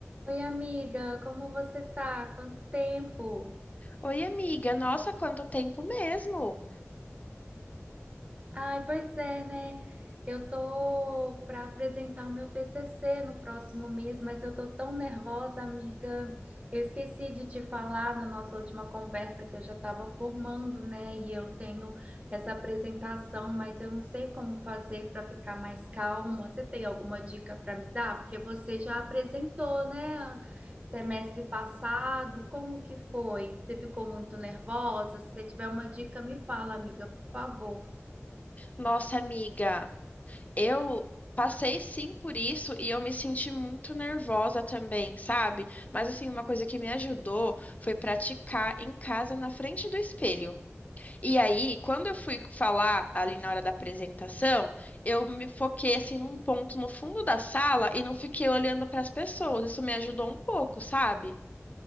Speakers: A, on the right; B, on the left.
A: Oi, amiga, como você tá? Quanto tempo?
B: Oi, amiga. Nossa, quanto tempo mesmo.
A: Ai, pois é, né? Eu tô para apresentar o meu TCC no próximo mês, mas eu tô tão nervosa, amiga. Eu esqueci de te falar na nossa última conversa que eu já estava formando, né? E eu tenho essa apresentação, mas eu não sei como fazer para ficar mais calma. Você tem alguma dica para me dar? Porque você já apresentou, né? Semestre passado, como que foi? Você ficou muito nervosa? Se você tiver uma dica, me fala, amiga, por favor.
B: Nossa, amiga, eu passei sim por isso e eu me senti muito nervosa também, sabe? Mas assim, uma coisa que me ajudou foi praticar em casa na frente do espelho. E aí, quando eu fui falar ali na hora da apresentação, eu me foquei assim num ponto no fundo da sala e não fiquei olhando para as pessoas. Isso me ajudou um pouco, sabe?